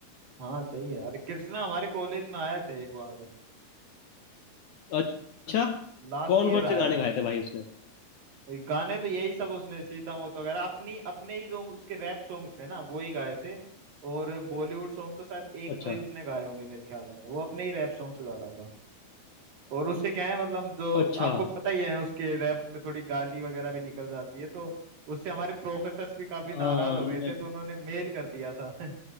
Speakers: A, on the right; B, on the left.
A: हाँ सही है अरे कृष्णा हमारे कॉलेज में आया था एक बार
B: अच्छा
A: लास्ट
B: कौन
A: ईयर
B: कौन
A: आया
B: से गाने
A: था
B: गाए थे भाई उसने
A: ये गाने तो यही सब उसने सीता मोत वगैरह अपनी अपने ही सॉन्ग उसके रैप सॉन्ग्स थे ना वो ही गाए थे और बॉलीवुड सॉन्ग तो शायद एक
B: अच्छा
A: दो ही उसने गाए होंगे मेरे ख्याल में वो अपने ही रैप सॉन्ग्स गा रहा था और उससे क्या है मतलब जो
B: अच्छा
A: आपको पता ही है उसके रैप्स में थोड़ी गाली वगैरह भी निकल जाती है तो उससे हमारे प्रोफेसर्स भी काफी नाराज
B: हाँ
A: हो
B: न-
A: गए थे तो उन्होंने मेल कर दिया था <laughs>